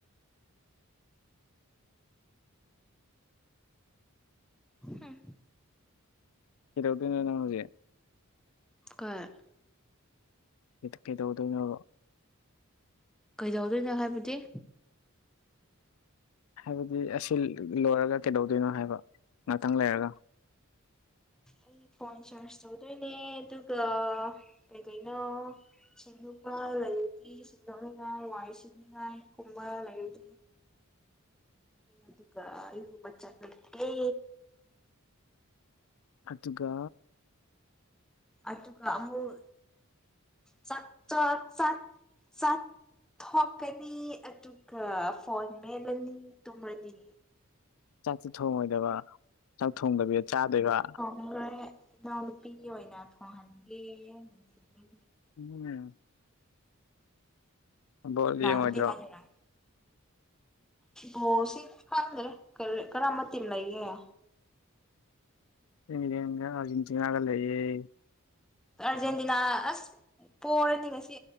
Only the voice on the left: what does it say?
ꯀꯩꯗꯧꯗꯣꯏꯅꯣ ꯅꯪ ꯍꯧꯖꯤꯛ
ꯏꯠ ꯀꯩꯗꯧꯗꫭꯏꯅꫭꯕ
ꯍꯥꯏꯕꯗꯤ ꯑꯁꯤ ꯂꯣꯏꯔꯒ ꯀꯩꯗꯧꯗꯣꯏꯅꯣ ꯍꯥꯏꯕ ꯉꯥꯛꯇꯪ ꯂꯩꯔꯒ
ꯑꯗꯨꯒ
ꯆꯥꯛꯇꯤ ꯊꯣꯡꯉꯣꯏꯗꯕ ꯆꯥꯛ ꯊꯣꯡꯗꯕꯤꯗ ꯆꯥꯗꯣꯏꯕ
ꯊꫭꯡꯉꯨꯀꯩꯅꫭ ꯕꯣꯜ ꯌꯦꯡꯉꯣꯏꯗ꯭ꯔꯣ
ꯏꯪꯂꯦꯟꯒ ꯑꯥꯔꯖꯦꯟꯇꯤꯅꯒ ꯂꯩꯋꯦ